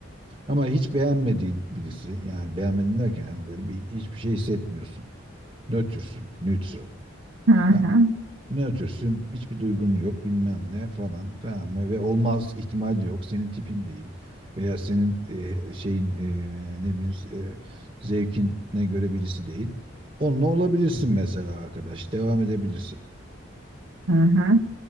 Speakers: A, on the right (about 25°); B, on the right (about 80°).
A: Ama hiç beğenmediği birisi yani beğenmedin derken yani böyle bir hiçbir şey hissetmiyorsun. Nötrsün, neutral.
B: hı. hı.
A: Ha, Ne ötürsün? Hiçbir duygun yok bilmem ne falan tamam mı? Ve olmaz ihtimal de yok. Senin tipin değil. Veya senin e, şeyin e, ne bileyim e, zevkine göre birisi değil. Onunla olabilirsin mesela arkadaş. Devam edebilirsin.
B: Hı hı.